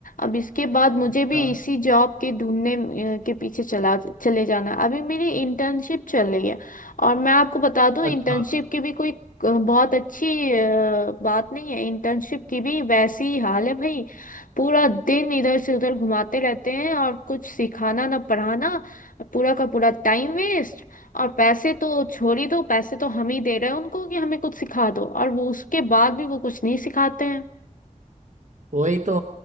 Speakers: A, on the left; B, on the right.
A: अब इसके बाद मुझे
B: अच्छा
A: भी इसी जॉब के ढूंढने अ, के पीछे चला चले जाना है। अभी मेरी इंटर्नशिप चल रही है और मैं आपको बता दूं इंटर्नशिप
B: अच्छा
A: की भी कोई अ, बहुत अच्छी अ, बात नहीं है इंटर्नशिप की भी वैसी ही हाल है भाई पूरा दिन इधर से उधर घुमाते रहते हैं और कुछ सिखाना ना पढ़ाना पूरा का पूरा टाइम वेस्ट और पैसे तो छोड़ ही दो पैसे तो हम ही दे रहे हैं उनको कि हमें कुछ सिखा दो और वो उसके बाद भी वो कुछ नहीं सिखाते हैं
B: वही तो